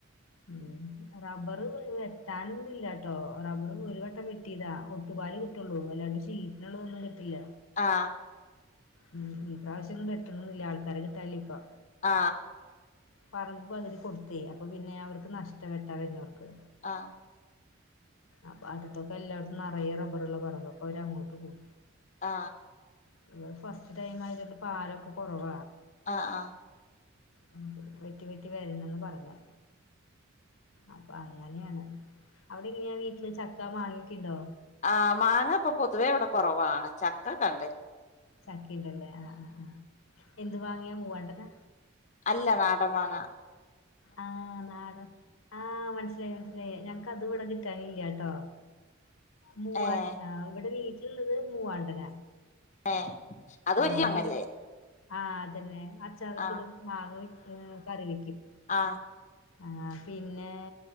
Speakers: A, on the left (about 80°); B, on the left (about 35°).
A: ഉം റബ്ബർ വെട്ടാനൊന്നും ഇല്ലാട്ടോ റബ്ബർ ഒരു വട്ടം വെട്ടിതാ ഒട്ടുപാല് കിട്ടൊള്ളൂ അല്ലാണ്ട് ഷീറ്റിനുള്ളതൊന്നും കിട്ടില്ല
B: ആ
A: ഉം ഉ ഇപ്രാശ്യൊന്നും വെട്ടണംന്നില്ല ആൾക്കാരെ കിട്ടാനില്ല ഇപ്പം
B: ആ
A: പറമ്പ് പകുതി കൊടുത്തേ അപ്പൊ പിന്നെ അവർക്ക് നഷ്ടാ വെട്ടാം വെരുന്നോർക്ക്
B: അ
A: അപ്പൊ അടുത്തൊക്കെ എല്ലായിടത്തും നറയെ റബ്ബറ്ള്ള പറമ്പ അപ്പൊ അവര് അങ്ങോട്ട് പോം
B: ആ
A: ഇവിടെ ഫസ്റ്റ് ടൈം ആയതോണ്ട് പാലൊക്കെ കൊറവ
B: അ ആ
A: പിന്നെ വെട്ടി വെട്ടി വരുന്നന്ന് പറഞ്ഞെ അപ്പൊ അങ്ങനെയാണ് അവിടെ എങ്ങനെയാ വീട്ടില് ചക്ക മാങ്ങക്യുണ്ടോ
B: ആ മാങ്ങ ഇപ്പൊ പൊതുവേ ഇവിടെ കൊറവാണ് ചക്കക്ക്ണ്ട്
A: <unintelligible> ല്ല ല്ലേ ആ ആ എന്ത് മാങ്ങയാ മൂവാണ്ടനാ
B: അല്ല നാടമ്മാങ്ങ
A: ആ നാടൻ ആ മനസ്സിലായി മനസ്സിലായി ഞങ്ക്ക്ക്കത് ഇവിടെ കിട്ടാനില്ലാട്ടോ മൂവാണ്ട്
B: ഏഹ്
A: ആ ഇവിടെ വീ <unintelligible> ഇള്ളത് മൂവാണ്ടന
B: ഏഹ് അത്
A: ആ
B: വല്യ മാങ്ങല്ലേ
A: പിന്നെ ആ അതെന്നെ അച്ചാറൊക്കെ
B: ആഹ്
A: ഇടും മാങ്ങ വെ കറി വെക്കും
B: ആ
A: ആ പിന്നെ